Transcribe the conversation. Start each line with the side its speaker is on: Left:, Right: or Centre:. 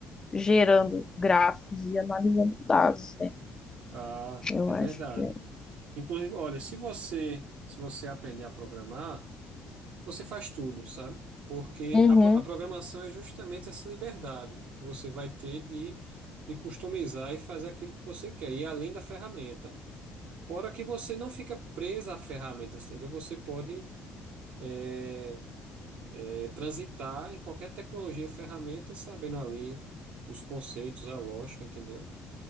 Left: gerando gráficos e analisando dados, né?
Right: Ah,
Left: Eu
Right: é
Left: acho
Right: verdade.
Left: que é.
Right: Inclusive, olha, se você se você aprender a programar, você faz tudo, sabe? Porque
Left: Uhum,
Right: a, pro- a programação é justamente essa liberdade que você vai ter de, de customizar e fazer aquilo que você quer, e além da ferramenta. Fora que você não fica presa à ferramenta, entendeu? Você pode é, é, transitar em qualquer tecnologia e ferramenta, sabendo ali os conceitos, a lógica, entendeu?